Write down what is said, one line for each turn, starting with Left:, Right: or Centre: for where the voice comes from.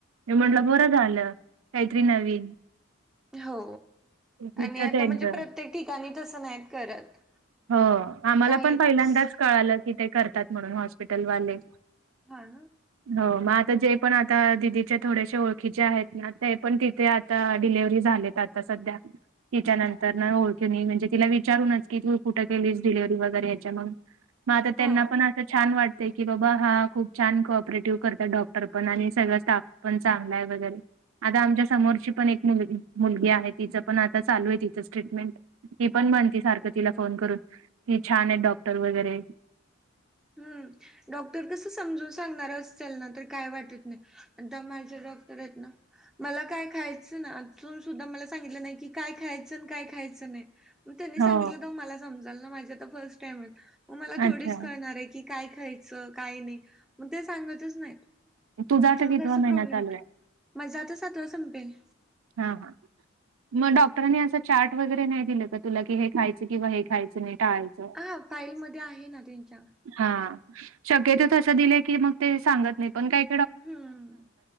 Right: मी म्हटलं
Centre: हा
Right: बरं
Centre: ना
Right: झालं काहीतरी नवीन.
Centre: हो
Right: तिथं
Centre: आणि आता
Right: त्यांचं
Centre: म्हणजे प्रत्येक ठिकाणी तसं नाहीत करत.
Right: हो आम्हाला
Centre: काहीच
Right: पण पहिल्यांदाच कळालं की ते करतात म्हणून हॉस्पिटलवाले.
Centre: हा ना.
Right: हो मग आता जे पण आता दिदीच्या थोडेश ओळखीचे आहेत ना ते पण तिथे आता डिलेव्हरी झालेत आता सध्या. तिच्या नंतरन ओळखिने म्हणजे तिला विचारूनच की तू कुठे केलीस डिलिव्ह वगैरे याच्या मग. मग आता त्यांना
Centre: हा
Right: पण छान वाटतेय की बाबा हा खूप छान को ऑपरेटिव्ह करतात डॉक्टर पण आणि सगळं स्टाफ पण चांगला आहे वगैरे आता आमच्या समोरची पण एक मुल मुलगी आहे तिचं पण आता चालू आहे तिचं ट्रीटमेंट ती पण म्हणती सारखं तिला फोन करून ती छान आहेत डॉक्टर वगैरे
Centre: हम्म डॉक्टर कस समजून सांगणार असेल ना तर काय वाटत नाही. एकदा माझ्ये डॉक्टर आहेत ना मला काय खायचं ना सुधा मला सांगितलं नाही की काय खायचं काय खायचंय नाही मग त्यांनी सांगितलं
Right: हो
Centre: मला समजल ना माझ्ये आता फर्स्ट टाईम आहे मग मला थोडीच
Right: अच्छा
Centre: कळणार आहे की काय खायचं काय नाही मग ते सांगतच नाहीत.
Right: तुझा आता
Centre: मग
Right: कितवा
Centre: असं प्रॉब्लेम
Right: महिना चालू
Centre: होतो
Right: आहे
Centre: माजा आता सातवा संपेल
Right: हा हा मग डॉक्टरांनी असं चार्ट वगैरे नाही दिलं का तुला की हे खायचं किंवा हे खायचं नाही टाळायचं.
Centre: हा फाईलमध्ये आहे ना त्यांच्या
Right: हा शक्यतो तसं दिलं की मग ते सांगत नाही पण काय
Centre: हम्म